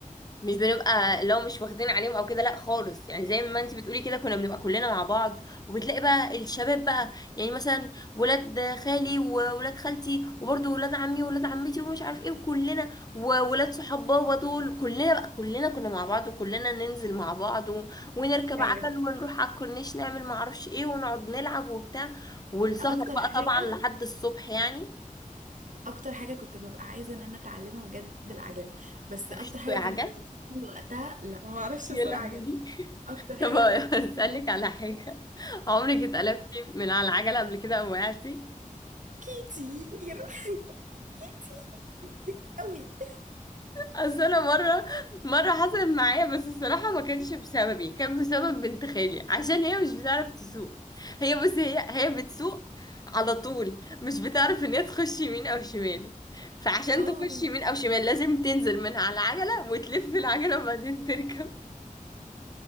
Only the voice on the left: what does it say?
مش بنبقى لو مش واخدين عليهم او كده لا خالص يعني زي ما انت بتقولي كده كنا بنبقى كلنا مع بعض وبتلاقي بقى الشباب بقى يعني مثلا ولاد خالي وولاد خالتي وبرضه ولاد عمي وولاد عمتي ومش عارف ايه وكلنا وولاد صحاب بابا دول كلنا بقى كلنا كنا مع بعض وكلنا ننزل مع بعض و... ونركب
عجل ونروح على الكورنيش نعمل معرفش ايه ونقعد نلعب وبتاع والسهر
بقى
طبعا لحد الصبح يعني
<laughs> مفيش
سوق عجل
يا
لهوي
<laughs>
طب هسألك
على
حاجة عمرك اتقلبتي من على العجلة قبل كده او وقعتي
اصل انا مرة مرة حصلت معايا بس الصراحة ما كانش بسببي كان بسبب بنت خالي عشان هي مش بتعرف تسوق هي بس هي هي بتسوق على طول مش بتعرف ان هي تخش يمين او شمال فعشان
تخش يمين او شمال لازم تنزل من على العجلة وتلف العجلة وبعدين تركب